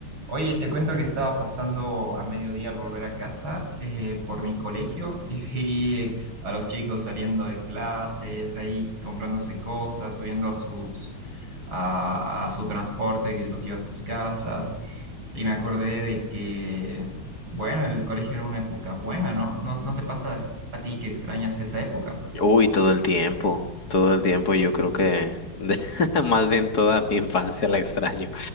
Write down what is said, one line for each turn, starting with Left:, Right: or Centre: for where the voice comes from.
Right: Oye, te cuento que estaba pasando a mediodía al volver a casa eh, por mi colegio <laughs> y vi a los chicos saliendo de clases, ahí comprándose cosas, subiendo a sus a, a su transporte que los lleva a sus casas. Y me acordé de que, bueno, el colegio era una época buena, ¿no? ¿No, no te pasa a ti que extrañas esa época?
Left: Uy, todo el tiempo, todo el tiempo yo creo que de- <laughs> más bien toda mi infancia la extraño.